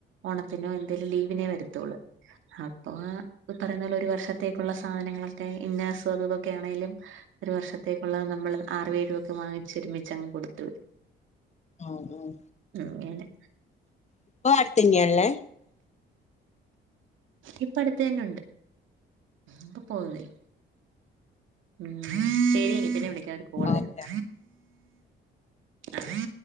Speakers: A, on the right; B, on the left.
A: ഓണത്തിനോ എന്തേലും ലീവിനേ വരത്തോള്ളൂ അപ്പൊ ഈ പറയുന്ന പോലെ ഒരു വർഷത്തേക്കുള്ള സാധനങ്ങളൊക്കെ ഇന്നേസും അതു ഇതൊക്കെ ആണെലും ഒരു വർഷത്തേക്കുള്ളത് നമ്മള് ആറു ഏഴൊക്കെ വാങ്ങിച്ച് ഒരുമിച്ചങ്ങ് കൊടുത്തു വിടും
B: ഉം ഉം
A: അങ്ങനെ
B: ഇപ്പൊ ആടെത്തെന്നെയാള്ളെ?
A: ഇപ്പ അടുത്ത് തന്നെയുണ്ട് ഇപ്പൊ പോന്നില്ല ഉം ശെരി <inaudible> പിന്നെ വിളിക്കാ ഒരു കോള്
B: ഓക്കെ
A: വരുന്നു <unintelligible>